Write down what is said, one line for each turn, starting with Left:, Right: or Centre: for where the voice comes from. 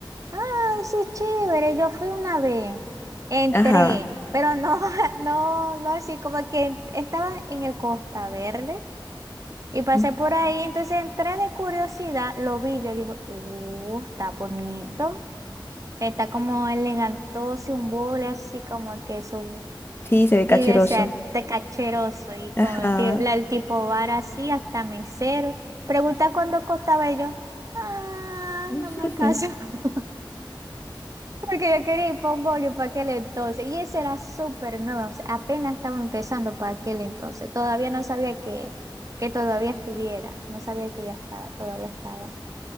Right: Ay, sí, chévere. Yo fui una vez. Entré,
Left: ajá.
Right: pero no, <laughs> no, no así como que estaba en el Costa Verde. Y pasé
Left: Mm.
Right: por ahí, entonces entré de curiosidad, lo vi, yo dije, uh, está bonito. Está como elegantoso, un bole así como que su...
Left: Sí, se ve cacheroso.
Right: Y decía, está cacheroso. Y con
Left: Ajá.
Right: el, ti- la- el tipo bar así, hasta mesero. Pregunta cuánto costaba y yo. Ah,
Left: <laughs>
Right: no me alcanza. <laughs> Porque yo quería ir para un boli para aquel entonces. Y ese era súper nuevo. o sea, apenas estaba empezando para aquel entonces. Todavía no sabía que, que todavía estuviera. No sabía que ya estaba, todavía estaba.